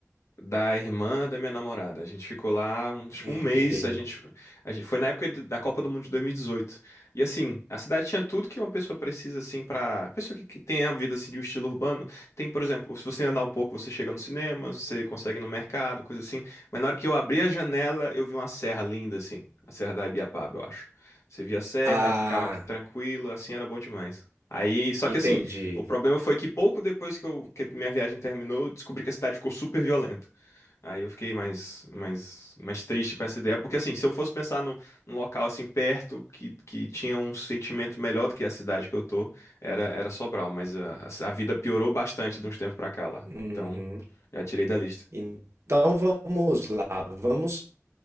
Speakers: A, on the left; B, on the right.
A: da irmã da minha namorada. A gente ficou lá uns, acho que um
B: Eita.
A: mês, a gente, a gente foi na época de- da Copa do Mundo de 2018. E dezoito. E assim, a cidade tinha tudo que uma pessoa precisa assim para, pessoa que, que tem a vida assim de um estilo urbano, tem, por exemplo, se você andar um pouco, você chega no cinema, você consegue ir no mercado, coisa assim. Mas na hora que eu abri a janela, eu vi uma serra linda assim, a Serra da Ibiapaba, eu acho. Você via a serra
B: Ah,
A: e ficava aqui tranquilo, assim era bom demais. Aí, só
B: entendi.
A: que assim, o problema foi que pouco depois que, eu- que minha viagem terminou, eu descobri que a cidade ficou super violenta. Aí eu fiquei mais, mais, mais triste com essa ideia, porque assim, se eu fosse pensar num, num local assim perto que, que tinha um sentimento melhor do que a cidade que eu tô, era, era Sobral, mas a, a a vida piorou bastante de uns tempos pra cá lá.
B: Uhum.
A: Então, já tirei da lista.
B: Então vamos lá. Vamos,